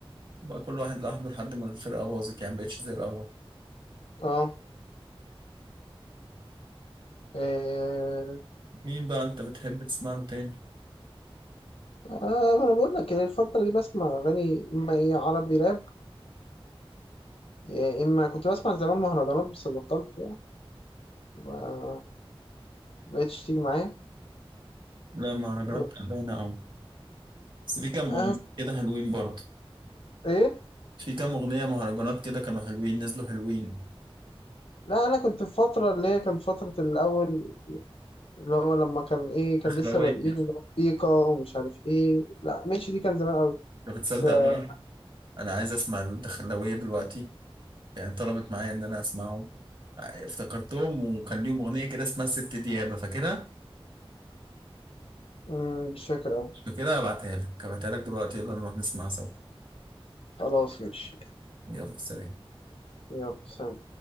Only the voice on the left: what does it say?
اه إيه...
آه ما انا بقول لك الفترة دي بسمع اغاني اما ايه عربي راب إيه اما كنت بسمع زمان مهرجانات بس بطلت بقى ما بقتش تيجي معايا
و...
آه
ايه
لا انا كنت في فترة اللي هي كانت فترة الاول اللي هو لما كان ايه كان
لسه بادئين اللي هو موسيقى ومش عارف ايه لا ماشي دي كان زمان قوي
بس آه،
مم، مش فاكر أوي
خلاص ماشي
يلا سلام